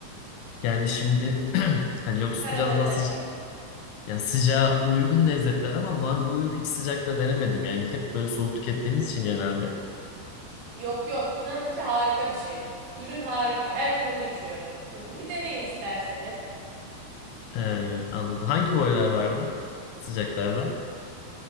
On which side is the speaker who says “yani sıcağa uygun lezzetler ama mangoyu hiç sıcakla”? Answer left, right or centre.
Left